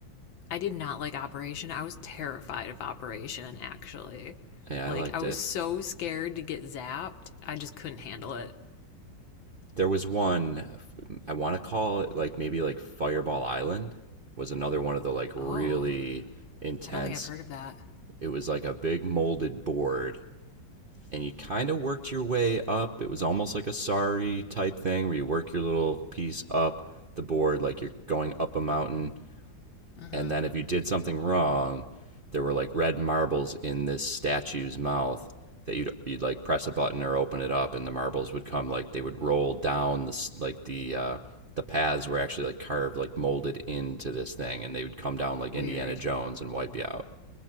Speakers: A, on the left; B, on the right.
A: I did not like Operation. I was terrified of Operation, actually.
B: Yeah,
A: Like,
B: I liked
A: I was
B: it.
A: so scared to get zapped, I just couldn't handle it.
B: There was one I want to call it like maybe like Fireball Island was another one of the like really
A: Oh,
B: intense.
A: I don't think I've heard of that.
B: It was like a big molded board and you kind of worked your way up. It was almost like a sorry type thing where you work your little piece up the board like you're going up a mountain
A: Uh
B: and
A: huh.
B: then if you did something wrong, there were like red marbles in this statue's mouth that you'd you'd like press a button or open it up, and the marbles would come like they would roll down this like the uh, the paths were actually like carved like molded into this thing, and they would come down like
A: Weird.
B: Indiana Jones and wipe you out.